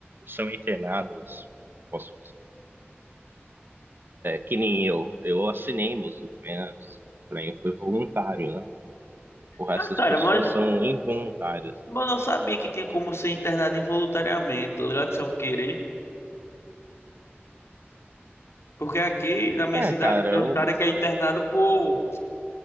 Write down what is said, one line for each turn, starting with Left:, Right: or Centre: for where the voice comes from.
Right: são internadas, posso que nem eu. Eu assinei meus documentos, pra mim foi voluntário, né? O resto
Left: Ah, cara,
Right: das pessoas
Left: mas,
Right: são involuntárias.
Left: mas eu sabia que tinha como ser internado involuntariamente, tá ligado? Sem eu querer. Porque aqui na minha
Right: É,
Left: cidade
Right: cara,
Left: tem
Right: eu,
Left: uns caras que é internado por.